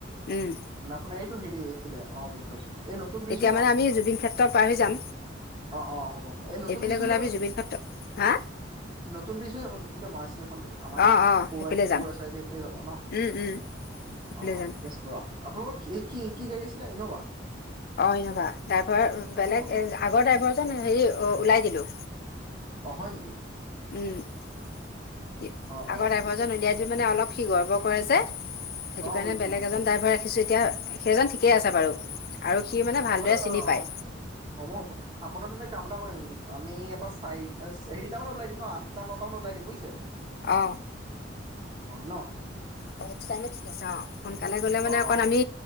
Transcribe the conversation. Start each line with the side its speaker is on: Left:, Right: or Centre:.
Left: উম
Right: মানে আপোনাৰ এইটো হেৰি আছিলে অ বুজি পাইছোঁ। এ নতুন ব্ৰিজ
Left: তেতিয়া
Right: হৈ যাম?
Left: মানে আমি জুবিন ক্ষেত্ৰ পাৰ হৈ যাম
Right: অ অ হ'ব হ'ব। এই নতুন
Left: এইফালে
Right: ব্ৰিজ
Left: গ'লে
Right: হৈ যাব
Left: আমি
Right: নেকি?
Left: জুবিন ক্ষেত্ৰ হা
Right: নতুন ব্ৰিজ হৈ যাব নতুন যে বনাইছে এইখন যে আমাৰ
Left: অ অ
Right: পৰুৱা
Left: সেইফালে যাম
Right: চাৰিআলি এইফালে যাব ন?
Left: উম উম সেইফালে
Right: অঁ
Left: যাম
Right: ঠিকে আছে বাৰু কি গাড়ী আছিলে, ইনোভা?
Left: অ ইনোভা। ড্ৰাইভাৰ বেলেগ
Right: অ
Left: এ আগৰ ড্ৰাইভাৰ জন হেৰি ওলাই দিলো।
Right: অ হয় নেকি?
Left: উম।
Right: অ
Left: আগৰ
Right: অ
Left: ড্ৰাইভৰজন
Right: অ
Left: উলিয়াই সি মানে অলপ সি গৰ্বৰ কৰে যে। সেইটো
Right: অ
Left: কাৰণে
Right: বুজিছো
Left: বেলেগ
Right: বুজিছো
Left: এজন
Right: বুজিছো
Left: ড্ৰাইভাৰ ৰাখিছোঁ এতিয়া সেইজন ঠিকেই আছে বাৰু। আৰু সি মানে
Right: অ হ'ব
Left: ভালদৰে
Right: দিয়ক
Left: চিনি
Right: অ
Left: পায়
Right: অ হ'ব হ'ব। আপোনাৰ তেন্তে কাম এটা কৰিম আমি ইয়াৰপা চাৰি হেৰিটা মানত ওলাই দিম ন আঠটা নটা মানত ওলাই দিম বুইছে?
Left: অ অ
Right: ন
Left: সেইটো টাইমে ঠিক আছে। অ সোনকালে গলে মানে
Right: অ
Left: অকণ আমি